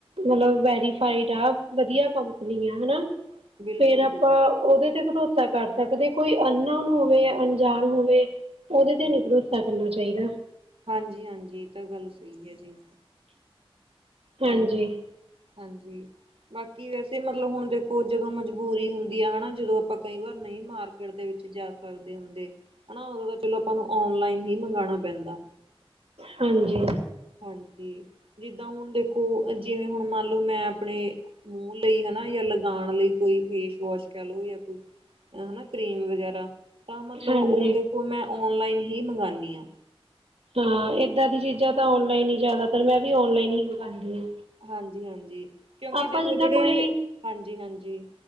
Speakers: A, on the right; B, on the right.
A: ਮਤਲਬ ਵੈਰੀਫਾਈਡ ਆ ਵਧੀਆ ਕੰਪਨੀ ਆ ਹਨਾ।
B: ਬਿਲਕੁਲ-ਬਿਲਕੁਲ
A: ਫੇਰ ਆਪਾਂ ਉਹਦੇ ਤੇ ਭਰੋਸਾ ਕਰਦੇ ਸਕਦੇ ਕੋਈ ਅਨਨੋਨ ਹੋਵੇ, ਅਣਜਾਣ ਹੋਵੇ ਉਹਦੇ ਤੇ ਨਹੀ ਭਰੋਸਾ ਕਰਨਾ ਚਾਹੀਦਾ
B: ਹਾਂਜੀ - ਹਾਂਜੀ, ਇਹ ਤਾਂ ਗੱਲ ਸਹੀ ਹੈ ਜੀ।
A: ਹਾਂਜੀ
B: ਹਾਂ, ਹਾਂਜੀ। ਬਾਕੀ ਵੈਸੇ ਮਤਲਬ ਹੁਣ ਦੇਖੋ ਜਦੋਂ ਮਜਬੂਰੀ ਹੁੰਦੀ ਆ ਹਨਾ। ਜਦੋਂ ਆਪਾਂ ਕਈ ਵਾਰ ਨਹੀਂ ਮਾਰ ਮਾਰਕੀਟ ਦੇ ਵਿੱਚ ਜਾ ਸਕਦੇ ਹੁੰਦੇ ਹਨਾ ਤਾਂ ਚਲੋ ਆਪਾਂ ਔਨਲਾਈਨ ਹੀ ਮੰਗਵਾਉਣਾ ਪੈਂਦਾ
A: ਹਾਂਜੀ।
B: ਹਾਂਜੀ ਜਿੱਦਾਂ ਹੁਣ ਦੇਖੋ, ਜਿਵੇਂ ਹੁਣ ਮੰਨ ਲਓ ਮੈਂ ਆਪਣੇ ਮੂੰਹ ਲਈ ਹਨਾ ਜਾਂ ਲਗਾਉਣ ਲਈ ਕੋਈ ਫੇਸ ਵਾਸ਼ ਕਹਿ ਲਓ ਜਾਂ ਕੋਈ ਹਨਾ ਕਰੀਮ ਵਗੈਰਾ ਤਾਂ ਮਤਲਬ
A: ਹਾਂਜੀ
B: ਉਹ ਦੇਖੋ ਮੈਂ ਔਨਲਾਈਨ ਹੀ ਮੰਗਵਾਉਂਦੀ ਹਾਂ
A: ਹਾਂ ਏਦਾਂ ਦੀ ਚੀਜ਼ਾਂ ਤਾਂ ਔਨਲਾਈਨ ਹੀ ਜ਼ਿਆਦਾਤਰ, ਮੈਂ ਵੀ ਔਨਲਾਈਨ ਹੀ ਮਗਵਾਉਂਦੀ ਹਾਂ
B: ਹਾਂਜੀ - ਹਾਂਜੀ, ਕਿਉਂਕਿ
A: ਆਪਾਂ
B: ਦੇਖੋ
A: ਜਿੱਦਾਂ
B: ਜਿਹੜੇ
A: ਕੋਈ
B: ਹਾਂਜੀ - ਹਾਂਜੀ।